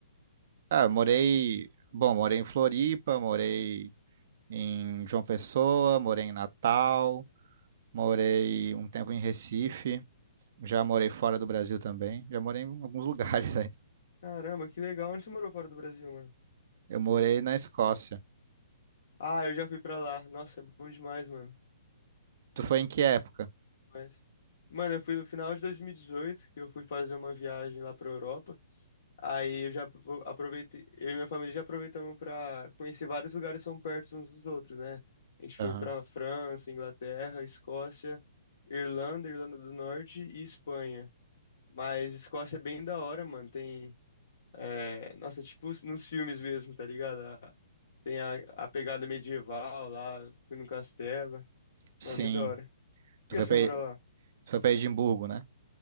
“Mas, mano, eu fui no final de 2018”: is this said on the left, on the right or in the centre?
Left